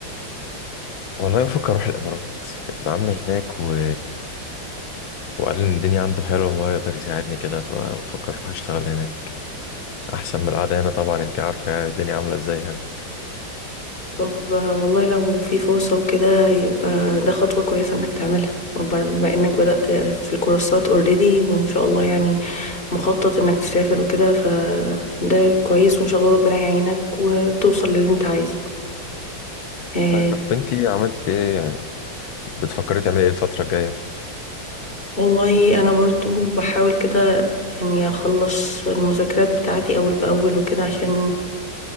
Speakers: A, on the left (about 85°); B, on the left (about 25°).
A: والله بفكر اروح الامارات ابن عمي هناك و... وقال ان الدنيا عنده حلوة وهو يقدر يساعدني كده فبفكر اروح اشتغل هناك احسن من القعده هنا طبعا انت عارفه يعني الدنيا عامله ازاي هنا
B: طب آه، والله لو في فرصة وكده يبقى ده خطوة كويسة انك تعملها وبما انك بدأت في الكورسات اوريدي وان شاء الله يعني مخطط انك تسافر وكده فده كويس وان شاء الله ربنا يعينك وتوصل للي انت عايزه آه،
A: الله يا رب انت عملت ايه يعني بتفكري تعملي ايه الفتره الجايه
B: والله انا برضو بحاول كده يعني اخلص المذاكرات بتاعتي اول باول وكده عشان